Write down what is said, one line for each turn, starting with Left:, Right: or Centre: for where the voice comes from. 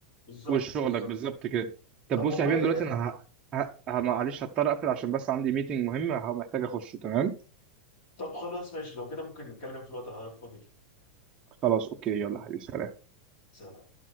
Left: بالظبط
Right: وشغلك
Left: بالظبط
Right: بالظبط كده طب
Left: طب
Right: بص
Left: والله
Right: يا حبيبي دلوقتي انا ه... ه... ه- معلش هضطر اقفل عشان بس عندي ميتنج مهم محتاج اخشه تمام
Left: طب خلاص ماشي لو كده ممكن نتكلم في الوقت اللي حضرتك فاضي فيه.
Right: خلاص اوكي يلا حبيبي سلام
Left: سلام